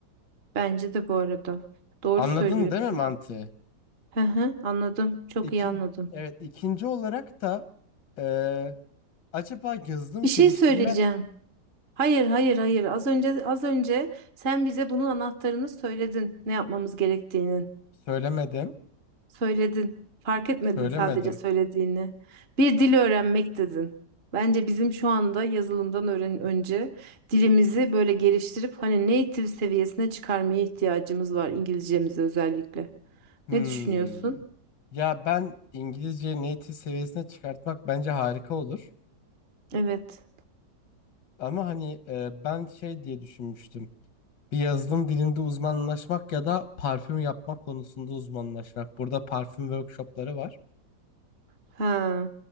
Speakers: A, on the right (about 40°); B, on the left (about 80°).
A: bence de bu arada. Doğru
B: Anladın
A: söylüyorsun.
B: değil mi mantığı?
A: Hı hı, anladım. Çok
B: İkinci,
A: iyi anladım.
B: evet ikinci olarak da eee, acaba yazılım
A: Bir
B: geliştirme
A: şey söyleyeceğim. Hayır, hayır, hayır. Az önce az önce sen bize bunun anahtarını söyledin. Ne yapmamız gerektiğinin.
B: söylemedim.
A: Söyledin. Fark etmedin
B: Söylemedim.
A: sadece söylediğini. Bir dil öğrenmek dedin. Bence bizim şu anda yazılımdan öğren önce dilimizi böyle geliştirip hani native seviyesine çıkarmaya ihtiyacımız var İngilizcemizi özellikle.
B: Hmm.
A: Ne düşünüyorsun?
B: Ya ben İngilizce native seviyesine çıkartmak bence harika olur.
A: Evet.
B: Ama hani e, ben şey diye düşünmüştüm. Bir yazılım dilinde uzmanlaşmak ya da parfüm yapma konusunda uzmanlaşmak. Burada parfüm workshopları var.
A: Ha.